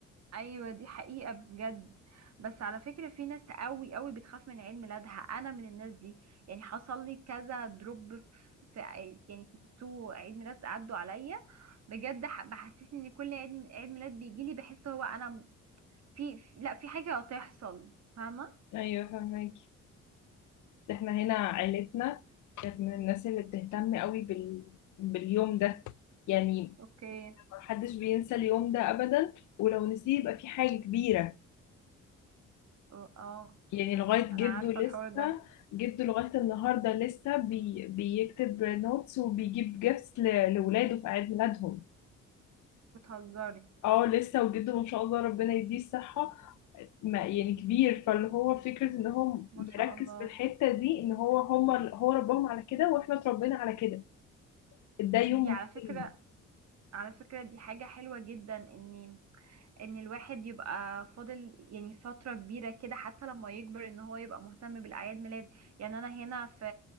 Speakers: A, on the right; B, on the left.
A: ايوه دي حقيقة بجد بس على فكرة في ناس قوي قوي بتخاف من عيد ميلادها انا من الناس دي يعني حصل لي كذا دروب في في عي- يعني تو عيد ميلاد عدوا عليا بجد ح- بحسسني ان كل عيد عيد ميلاد بيجي لي بحس هو انا م- في في- لا في حاجة هتحصل فاهمة
B: أيوة فهمك احنا هنا عيلتنا كانت من الناس اللي بتهتم قوي بال... باليوم ده يعني
A: اوكي
B: محدش بينسى اليوم ده ابدا ولو نسيه يبقى في حاجة كبيرة
A: أو- اه
B: يعني لغاية جده
A: انا عارفة
B: لسه
A: الحوار ده
B: جده لغاية النهاردة لسه بي... بيكتب نوتس وبيجيب جيفس ل... لولاده في عيد ميلادهم
A: بتهزري
B: اه لسه وجده ما شاء الله ربنا يديه الصحة ما يعني كبير فاللي هو فكرة ان هو
A: ما
B: مركز
A: شاء الله
B: في الحتة دي ان هو هم هو ربهم على كده واحنا اتربينا على كده ده يوم
A: دي على فكرة
B: مهم
A: على فكرة دي حاجة حلوة جدا اني ان الواحد يبقى فاضل يعني فترة كبيرة كده حتى لما يكبر ان هو يبقى مهتم بالاعياد ميلاد يعني انا هنا في